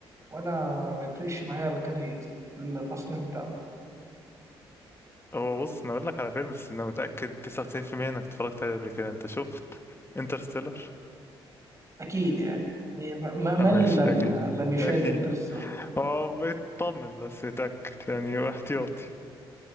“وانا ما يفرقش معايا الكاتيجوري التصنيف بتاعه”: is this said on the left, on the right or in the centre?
Right